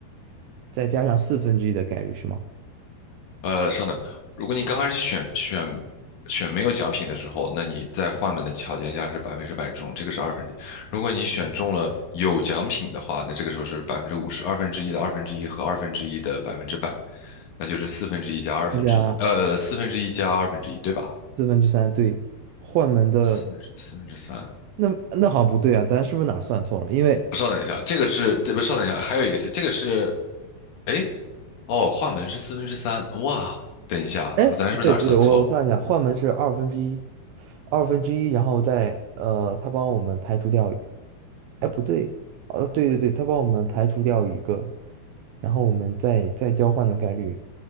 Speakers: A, on the right; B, on the left.
A: 再加上四分之一的概率是吗？
B: 呃，稍等，如果你刚开始选选选没有奖品的时候，那你在换门的条件下是百分之百中，这个是二分之一。如果你选中了有奖品的话，那这个时候是百分之五十，二分之一的二分之一和二分之一的百分之百，那就是四分之一加二分之一，
A: 再加
B: 呃，四分之一加二分之一，对吧？
A: 四分之三对，换门的
B: 四分之四分之三，
A: 那那好像不对啊，咱是不是哪儿算错了？因为
B: 稍等一下，这个是，这不，稍等一下，还有一个题，这个是，哎，哦，换门是四分之三，哇，等一下，
A: 哎，
B: 我咱是不是哪儿算错了？
A: 不对不对，我我算一下，换门是二分之一，二分之一，然后再呃，他帮我们排除掉，哎不对，呃对对对，他帮我们排除掉一个，然后我们再再交换的概率